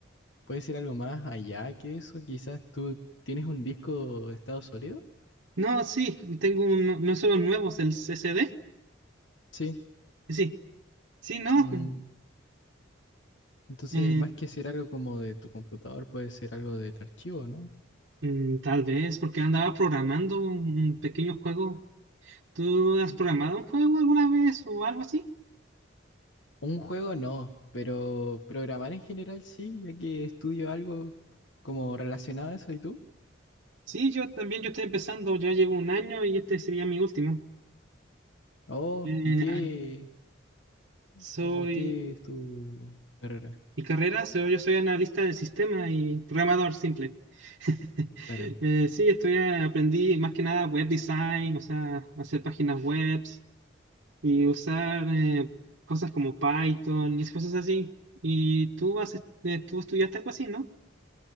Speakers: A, on the left (about 70°); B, on the right (about 70°).
A: puede ser algo más allá que eso. Quizás tú tienes un disco de estado sólido.
B: No, sí, tengo un- no son los nuevos, el C C D.
A: Sí.
B: Sí, sí, no.
A: mm, Entonces,
B: eh,
A: más que ser algo como de tu computador, puede ser algo del archivo, ¿no?
B: mm, tal vez porque andaba programando un, un pequeño juego. ¿Tú has
A: Mm.
B: programado un juego alguna vez o algo así?
A: Un juego no, pero programar en general sí, ya que estudio algo como relacionado a eso. ¿Y tú?
B: Sí, yo también, yo estoy empezando, ya llevo un año y este sería mi último.
A: Oh,
B: Eh,
A: ¿y qué?
B: ah, soy
A: ¿Cómo qué es tu tu carrera?
B: Mi carrera, so- yo soy analista de sistemas y programador simple. <laughs>
A: Claro.
B: Eh, sí, estudié, aprendí más que nada web design, o sea, hacer páginas web y usar eh, cosas como Python y esas cosas así. Y tú, haces, eh, tú estudiaste algo así, ¿no?